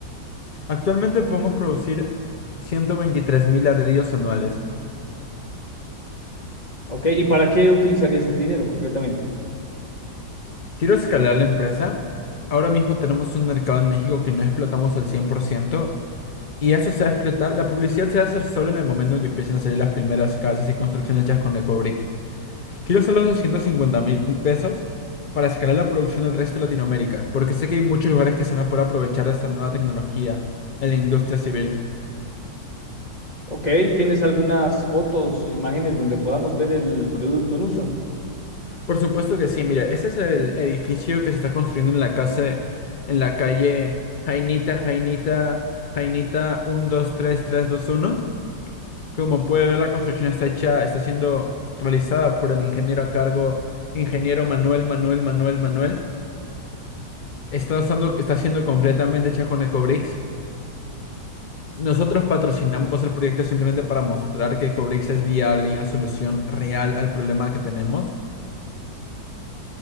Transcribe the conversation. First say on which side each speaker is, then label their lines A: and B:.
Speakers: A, on the left; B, on the left.
A: Actualmente podemos producir ciento veintitrés mil ladrillos anuales.
B: Ok, ¿y para qué utilizarías el dinero concretamente?
A: Quiero escalar la empresa. Ahora mismo tenemos un mercado en México que no explotamos al 100% y eso se va a explotar. La publicidad se va a hacer solo en el momento en que empiecen a salir las primeras casas y construcciones hechas con EcoBricks. Quiero hacer los doscientos cincuenta mil pesos para escalar la producción del resto de Latinoamérica, porque sé que hay muchos lugares que se van a poder aprovechar de esta nueva tecnología en la industria civil.
B: Ok, ¿tienes algunas fotos, imágenes donde podamos ver el producto en uso?
A: Por supuesto que sí, mira, ese es el edificio que se está construyendo en la casa, en la calle Jainita, Jainita, Jainita uno. dos, tres, tres, dos, uno. Como puede ver, la construcción está hecha, está siendo realizada por el ingeniero a cargo, ingeniero Manuel, Manuel, Manuel, Manuel. Está usando, está siendo completamente hecha con Ecobricks. Nosotros patrocinamos el proyecto simplemente para mostrar que Ecobricks es viable y una solución real al problema que tenemos.